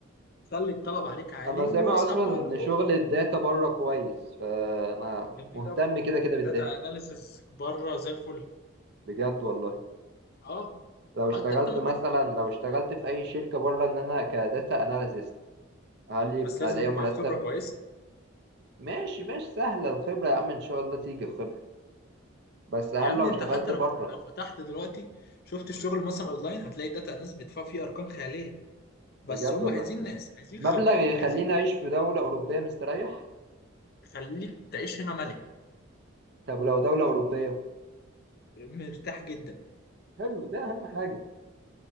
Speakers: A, on the left; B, on the right.
A: خلي الطلب عليك عالي
B: انا سامع
A: واسحب
B: اصلا
A: بقى
B: ان
A: ده خطوة
B: شغل الداتا بره كويس فانا
A: جميل
B: مهتم
A: قوي
B: كده كده بالداتا
A: داتا اناليسز بره زي الفل
B: بجد والله
A: اه
B: لو
A: حتى
B: اشتغلت
A: انت ممكن
B: مثلا لو اشتغلت في اي شركه بره ان انا كداتا اناليست هل يبقى
A: بس لازم
B: ليا
A: يكون
B: مرتب
A: معاك خبره كويسه
B: ماشي ماشي سهله الخبره يا عم ان شاء الله تيجي الخبره بس هل
A: يا
B: لو
A: ابني
B: اشتغلت
A: انت حتى
B: بره
A: لو لو فتحت دلوقتي شفت الشغل مثلا اونلاين هتلاقي داتا اناليسز بيدفعوا فيه ارقام خياليه بس
B: بجد
A: هم
B: والله
A: عايزين ناس عايزين
B: مبلغ
A: خبره
B: يخليني
A: عايزين
B: اعيش في دوله اوروبيه مستريح
A: خليك تعيش هنا ملك
B: طب لو دوله اوروبيه
A: مرتاح جدا
B: حلو ده اهم حاجه